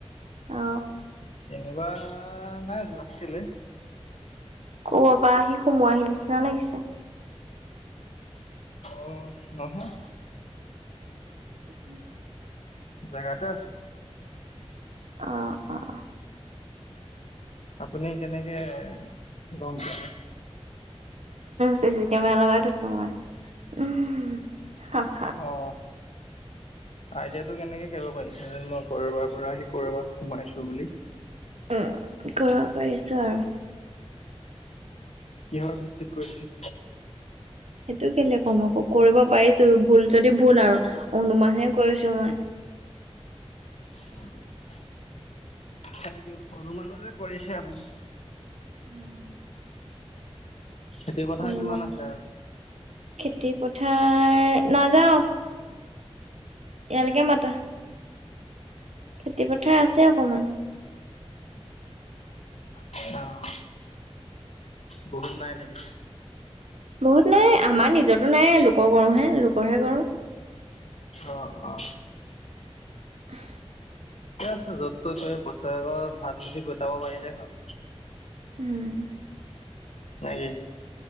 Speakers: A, on the right (about 80°); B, on the left (about 80°).
A: অ।
B: কেনিবা নাই যোৱা। কেলে?
A: ক'বাপা আহি সোমোৱাহি নিচিনা লাগিছে।
B: অ, নহয়।
A: <inaudible>
B: জেগাতে আছো।
A: অ। অ',
B: আপুনি কেনেকে গম পালে?
A: চি চি কেমেৰা লগাই থৈছো মই উম হাহ।
B: অ। আইডিয়াটো কেনেকে কৰিব পাৰিছে যে মই ক'ৰবাৰ পৰা আহি ক'ৰবাত সোমাইছো বুলি?
A: উম, কৰিব পাৰিছো আৰু।
B: কিহৰ ভিত্তিত কৈছে?
A: সেইটো কেলে কম আকৌ, কৰিব পাৰিছো ভুল যদি ভুল আৰু অনুমানহে কৰিছো মই।
B: <unintelligible> Thank U. অনুমানো যে কৰিছে আপুনি।
A: উম।
B: খেতিৰ পথাৰ
A: অনুমান,
B: কিমান আছে আৰু
A: খেতি পথাৰ নাযাওঁ। ইয়ালেকে মাতা। খেতি পথাৰ আছে অকমান।
B: অ। বহুত নাই নেকি?
A: বহুত নাই, আমাৰ নিজৰতো নাই, লোকৰ কৰোহে, লোকৰহে কৰোঁ।
B: অ, অ।
A: <unintelligible>
B: ঠিকে আছে, য'ত ত'ত হে বছৰেগত ভাত মুঠি গোটাব পাৰিলে হ'ল।
A: উম।
B: নেকি